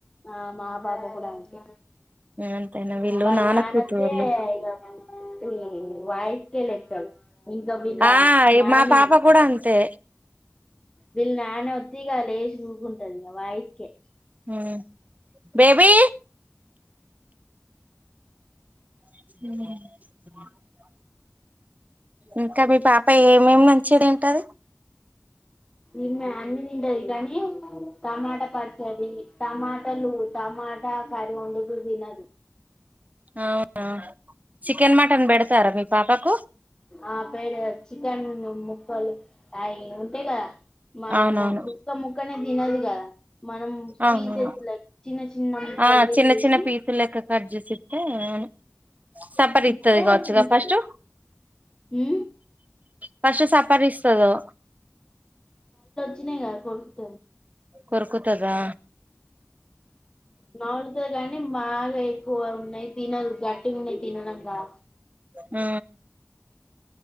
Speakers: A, on the left; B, on the right.
A: ఆ మా పాప కూడా అంతే
B: అంతేనా వీళ్ళు
A: వాళ్ల నాన్న
B: కూతుర్లు
A: వస్తే ఇగ వాయిస్ కే లేస్తారు ఇంకా వీళ్ళ
B: ఆ
A: నాని
B: మా పాప కూడా అంతే
A: వీళ్ళ నాని వత్తే ఇగా లేసి ఊకుంటది ఇగ వాయిస్కే
B: ఉ బేబీ ఉ ఇంకా మీ పాప ఏమేమి మంచిగా తింటది
A: ఈమె అన్ని తింటది కానీ టమాటా పచ్చడి టమాటలు టమా టమాట కర్రీ వండితే తినదు
B: అవునా చికెన్, మటన్ పెడతారా మీ పాపకు
A: ఆ పేడు చికెన్ ముక్కలు అవి ఉంటాయి కదా మా
B: అవునవును
A: ముక్క ముక్కనే తినదు కదా మనం
B: అవునవును
A: పీసేసి లైక్ చిన్న చిన్న మక్కలుగా
B: ఆ చిన్న
A: చేసి
B: చిన్న పీసులు లెక్క కట్ చేసి ఇస్తే అవును సప్పరి
A: ఇతే
B: ఇత్తది కావచ్చుగా
A: తింటది.
B: ఫస్ట్
A: ఉ
B: ఫస్ట్ సప్పరిస్తాదో
A: చినయి కదా కొరుకుతది
B: కోర్కుతదా
A: నవులుతది కానీ బాగా ఎక్కువ ఉన్నాయి తినదు గట్టిగా ఉన్నాయి తినడం రా
B: ఉ